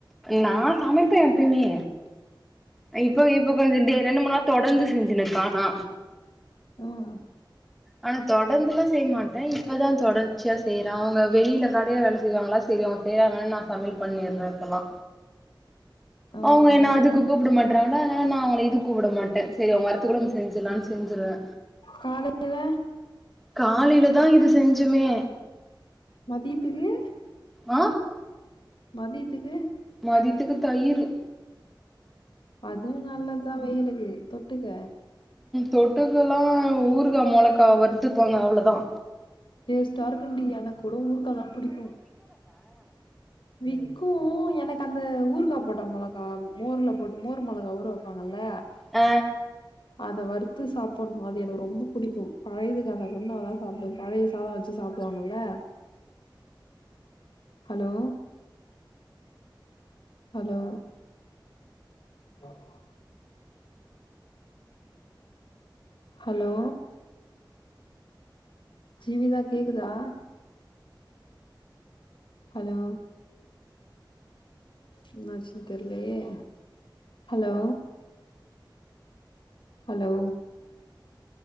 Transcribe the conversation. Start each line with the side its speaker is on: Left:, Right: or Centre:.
Centre: நா சமைப்பே எப்பிமே இப்ப இப்ப கொஞ்சோ டே ரெண்டு மூணு நாளா தொடந்து செஞ்சினுருக்க ஆனா
Left: ம்
Centre: ஆனா தொடந்துலா செய்மாட்டே இப்பதா தொட ச்சியா செய்றே அவுங்க வெளில கடைல வேல செய்வாங்களா செரி அவுங் செய்றாங்ளேன் நா சமையல் பண்ணிர்றே இப்பல்லா
Left: ஆ
Centre: அவுங்க என்ன
Left: ஆ
Centre: அதுக்கு கூப்ட மாட்றாங்களா அதுனால நா அவுங்கள இதுக்‌ கூப்ட மா ட்டே சேரி அவுங்க வரத்துக்குள்ள ம் செஞ்சிர்லான் செஞ்சிருவே
Left: காலையில
Centre: காலில தா இது செஞ்சமே
Left: மதியத்துக்கு
Centre: அ
Left: மதியத்துகு
Centre: மதியத்துக்கு தயிரு
Left: அதுவு நல்லத்தா வெயிலுக்கு தொட்டுக்க
Centre: தொட்டுக்கல்லா ஊருகா மொளக்காவ வறு த்துப்பாங்க அவ்ளதா
Left: டேஸ்ட்டா இருக்குண்டி எனக்கு கூட ஊருக்காதா பிடிக்கு விக்கு எனக்கு அந்த ஊருகா போட்ட மொள கா மோர்ல போட்டு மோர் மொளகா ஊற வெப்பாங்கள்ல
Centre: அ
Left: அத வறுத்து சாப்பட்ணு அது எனக்கு ரொம்ப புடிக்கும் பழைய இதுக்காந்தாகூ நா அதா சாப்டு பழைய சாதோ வெச்சி சாப்டுவாங்கள்ல ஹலோ ஹலோ ஆஹ ஹலோ ஜீவிதா கேக்குதா ஹலோ என்னாச்சின் தெர்லியே ஹலோ ஹலோ